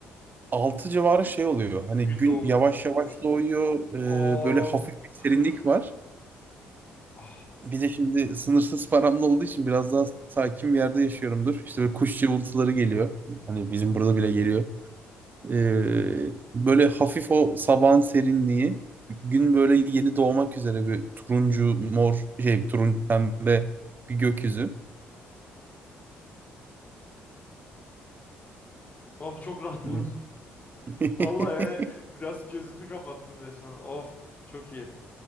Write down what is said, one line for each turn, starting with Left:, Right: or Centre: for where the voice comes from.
Right: altı civarı şey oluyor. Hani
Left: Gün
Right: gün
Left: doğumu.
Right: yavaş yavaş
Left: Of.
Right: doğuyor.
Left: Of.
Right: Ee, böyle hafif bir serinlik
Left: Ah.
Right: var.
Left: Of.
Right: Bir de şimdi sınırsız paramda olduğu için biraz daha sakin bir yerde yaşıyorumdur. İşte böyle kuş cıvıltıları geliyor. Hani bizim burada bile geliyor. Ee, böyle hafif o sabahın serinliği, gün böyle yeni doğmak üzere bir turuncu mor şey turuncu pembe bir gökyüzü.
Left: Of çok rahatım.
Right: Ee,
Left: <laughs>
Right: <laughs>
Left: Vallahi yani biraz gözümü kapattım resmen. Of. Çok iyi.